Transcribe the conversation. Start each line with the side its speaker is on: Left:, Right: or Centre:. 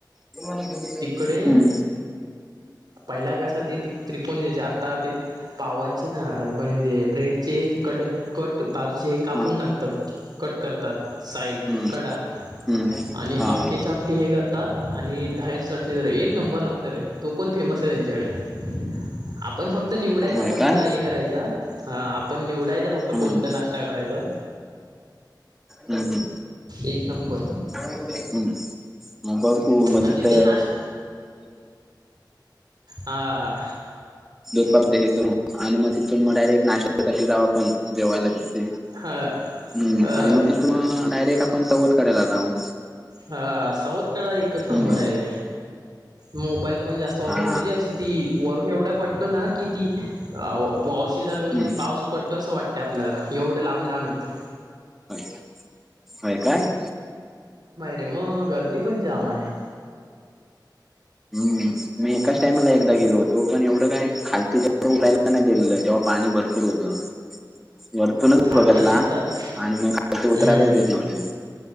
Centre: <unintelligible>
Right: तिकडेन
Centre: हम्म.
Right: पहिला कसा ते त्रिकोणी दयाचे आता ते पावाचे ना म्हणजे ना ब्रेड. ते कटीग कट बाजूचे हे कापून
Centre: हा
Right: टाकतात कट करतात. करतात साईड
Centre: हम्म
Right: कडा
Centre: हम्म
Right: आणि
Centre: हा
Right: अखकेच्या
Centre: हा
Right: अक्के हे करतात आणि दहायची चटणी बरोबर एक नंबर लागत. तरे तू पण फेमस आहे त्यांच्याकडे आपण फक्त निवडायचा
Centre: होय
Right: कोणता
Centre: काय
Right: हे करायच. हा आपण निवडायच फक्त
Centre: हम्म
Right: कोणता नाश्ता करायचा.
Centre: हम्म
Right: एक नंबर.
Centre: <unintelligible> हम्म बघू मग
Right: न तिथे
Centre: तीथ.
Right: नाश हाआ.
Centre: दूध पाक ते हे करून आणि मग तिथून मग डायरेक्ट नाश्यासाठी जावा आपण जेवायला तिथ.
Right: ह
Centre: हम्म
Right: ह
Centre: आणि मग तिथुन अ डायरेक्ट आपण पावळट काडायाला जाऊ.
Right: हा सावध काडायला एकच
Centre: हम्म
Right: नंबर आहे रे मोबाल पण जास्त वापरतो
Centre: हा
Right: म्हणजे अशी ती वरून एवढा पडतो ना. किती वावशीसारखं
Centre: हम्म
Right: म्हणजे पाऊस पडतो असं वाटतं आपल्याला एवढं लांब लांब येतं.
Centre: होय होय काय?
Right: ते मग गर्दी पण जाम आहे.
Centre: हम् मी एकाच टामाला एकदा गेलो होतो पण एवढं काय खालती वर. नाही गेलेलं तेव्हा पाणी भरपूर होतं. वरतूनच
Right: आता
Centre: बघतला
Right: देतात
Centre: आणि मग ते
Right: हम्म
Centre: उतरायलाच देत नव्हते.